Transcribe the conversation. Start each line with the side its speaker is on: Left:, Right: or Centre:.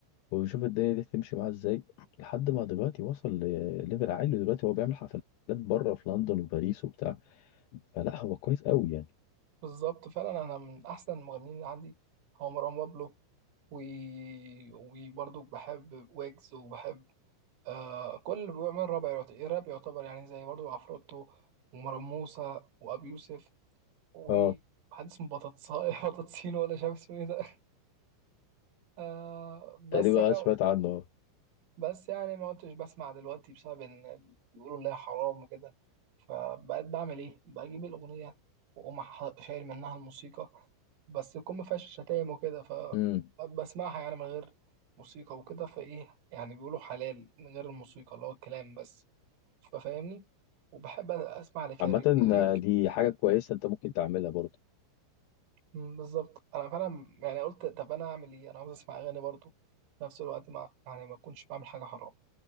Left: ويشوف الدنيا دي تمشي معاه ازاي لحد ما دلوقتي وصل لليفل عالي دلوقتي هو بيعمل حفلات بره في لندن وباريس وبتاع فلا هو كويس قوي يعني
Right: بالظبط فعلا انا من احسن المغنيين اللي عندي هو مروان بابلو و... وبرضو بحب ويجز وبحب آه كل اللي بيعمل راب يعت- الراب يعتبر يعني زي برضو عفروتو ومروان موسى وابي يوسف وحد
Left: اه
Right: اسمه بطاطساي <laughs> بطاطسين ولا مش عارف اسمه ايه ده آه بس
Left: تقريبا
Right: يعني
Left: أنا سمعت عنه اه
Right: بس يعني ما كنتش بسمع دلوقتي بسبب ان ال- بيقولوا اللي هي حرام وكده فبقيت بعمل ايه بجيب الاغنيه واقوم ح- شايل منها الموسيقى بس يكون ما فيهاش شتايم وكده
Left: امم
Right: فبسمعها يعني من غير موسيقى وكده فايه يعني بيقولوا حلال من غير الموسيقى اللي هو الكلام بس ففاهمني وبحب اسمع لكاريو-
Left: عامة
Right: كاريوكي
Left: آه، دي حاجة كويسة انت ممكن تعملها برضه
Right: أمم، بالظبط انا فعلا يعني قلت طب انا اعمل ايه انا عاوز اسمع اغاني برضو في نفس الوقت ما يعني ما اكونش بعمل حاجه حرام